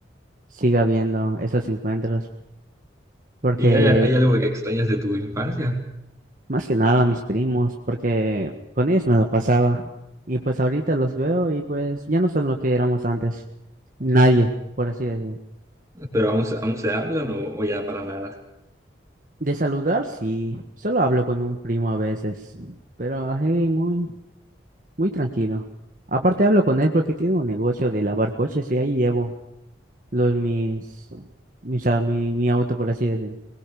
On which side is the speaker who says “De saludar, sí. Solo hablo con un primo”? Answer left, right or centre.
Right